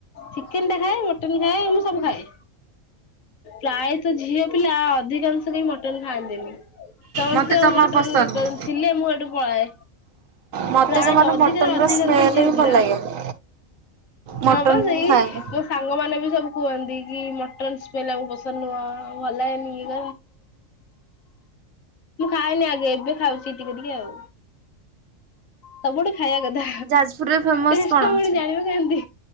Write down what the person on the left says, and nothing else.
ଚିକେନ୍ ଟା ଖାଏ ମଟନ୍ ଖାଏ ମୁ ସବୁ ଖାଏ। ପ୍ରାୟତ ଝିଅ ପିଲା ଅଧିକାଂଶ କେହି ମଟନ୍ ଖାଆନ୍ତିନି। ସମସ୍ତେ
ଆଉ
ମଟନ୍
ଥିଲେ ମୁଁ ହେଠୁ ପଳାଏ।
ପ୍ରାୟତଃ
ଅଧିକାରୁ
ଅଧିକାଂଶ
ଝିଅ
ପିଲା
ହଁ ବା ସେଇ
ସାଙ୍ଗମାନେ ବି ସବୁ କୁହନ୍ତି କି ମଟନ୍ ସ୍ମେଲ ଆମୁକୁ ପସନ୍ଦ ନୁହଁ ଭଲ୍ ଲାଗେନି <inaudible> ମୁଁ ଖାଏନି ଆଗେ ଏବେ ଖାଉଛି ଟିକେ ଟିକେ ଆଉ ସବୁଠି ଖାଇଆ କଥା
ଟେଷ୍ଟ୍
ଟା ପୁଣି
ଜାଣିବା କେମ୍ ତି।